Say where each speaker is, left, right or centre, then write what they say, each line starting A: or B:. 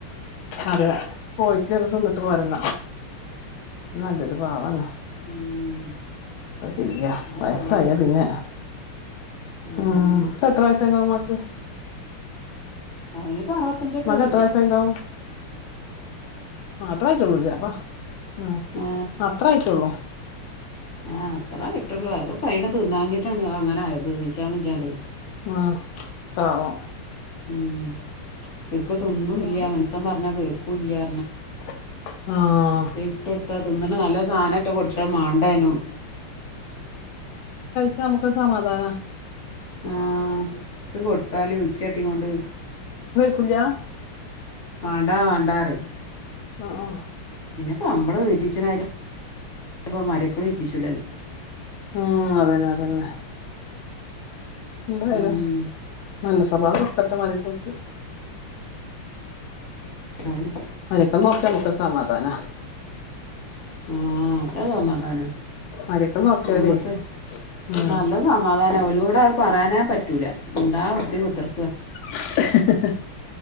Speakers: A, on the left; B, on the left.
A: അതെ പോയിട്ട് ഒര് സന്നിട്ട് പോരന്നാ നല്ലത് പാവാണ്
B: ഉം,
A: പ്പ ചെയ്യാ
B: അല്ലേ
A: വയസായ
B: പറഞ്ഞത്
A: പിന്നെ
B: ഉം.
A: ആ പത്ര യായസ്സായിണ്ടാവും ഉമ്മാക്ക്
B: അ ഇനിയിപ്പ അറുപത്തഞ്ചൊക്കെ
A: ഉമ്മാക്ക്
B: വൈ
A: എത്ര വയസ്സായിണ്ടാവും അത്ര ആട്ടള്ളൂപ്പ ഉം
B: ആ
A: അത്ര ആട്ടള്ളൂ
B: ആഹ് അത്ര ക ഇട്ടുള്ളൂ അത് പ അെ തിന്നാഞ്ഞിട്ടാണ് അ അങ്ങനൊയത് നിശാമചാതെ
A: ആഹ ആോ
B: മ്മ് സെക് തിന്നുല്ല്യ
A: ഉണ്ടാവും
B: മൻസൻ പറഞ്ഞാ കേക്കൂല്യാ
A: <unintelligible> ആ... ആ
B: ഇട്ടൊടുത്താ തിന്നണ നല്ല സാനേറ്റ കൊടുത്ത മണ്ടേനും
A: പ്പ നമുക്ക് സമാധാനാ
B: ആ ത് കൊടുത്താല് ഉച്ച കാട്ടി കൊണ്ട്
A: കുല്ലാ
B: മാണ്ട മാണ്ട റിം
A: അ ആഹാ
B: പമ്മള് മ്മള് തീറ്റിച്ചിന്നാരി <unintelligible> മരക്കലീറ്റിച്ചോ
A: ഉം അതന്നെ അതന്നെ എന്തായാലും
B: ഉം
A: നല്ലസു സൊബാവം കൊടുകെട്ടെ മരെക്കൾക്
B: അതന്നെ
A: മരെക്കൾ നോക്യാ നമുക്കൊരു സമാധാനാ
B: ആ അത് സമാധാനാ
A: മരക്കൾ നോക്കിയാലേ
B: നമ്മുക്ക്
A: ഉം
B: നല്ല സമാധാനാ ഓലോഡ് അത് പറയാനേ പറ്റൂല ഉണ്ടാ ഒരുത്തി കുത്തർക്കാ
A: <unintelligible>